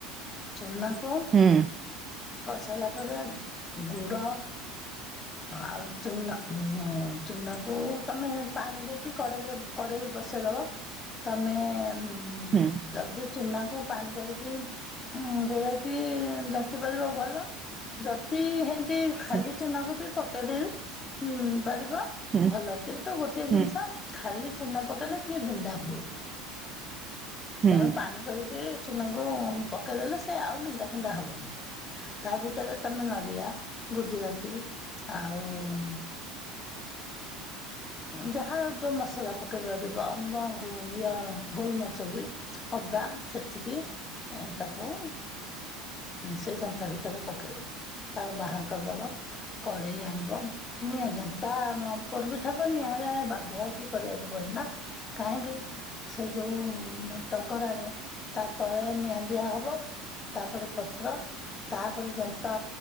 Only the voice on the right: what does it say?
ହୁଁ
ହୁଁ
ହୁଁ
ହୁଁ
ହୁଁ
ହୁଁ